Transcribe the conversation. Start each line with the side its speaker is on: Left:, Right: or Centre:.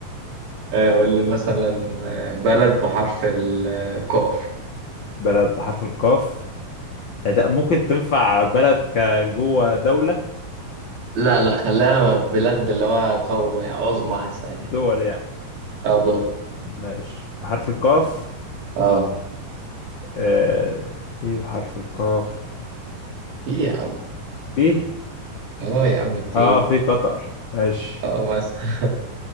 Right: آه، قول لي مثلا آه، بلد بحرف ال- الكاف
Left: <laughs> بلد بحرف القاف آه، لا ممكن تنفع بلد كجوه دولة
Right: لا لا خلاها بلاد اللي هو قوي عظمى أحسن
Left: دول
Right: يعني
Left: يعني
Right: اه ضرب
Left: ماشي بحرف القاف
Right: اه
Left: آه ايه بحرف القاف
Right: في يا عم
Left: فيه
Right: اه يا عم كتير
Left: اه في قطر ماشي
Right: اه مثلا